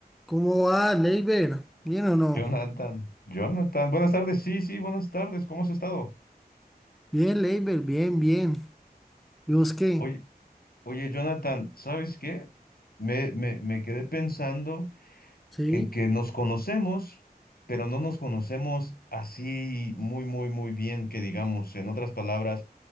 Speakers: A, in the centre; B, on the left.
A: ¿Cómo va, Leiber? ¿Bien o no?
B: Jonathan, Jonathan, buenas tardes, sí, sí, buenas tardes, ¿cómo has estado?
A: Bien, Leiber, bien, bien. ¿Y vos qué?
B: Oye, oye, Jonathan, ¿sabes qué? Me, me, me quedé pensando
A: ¿Sí?
B: en que nos conocemos, pero no nos conocemos así muy, muy, muy bien, que digamos, en otras palabras,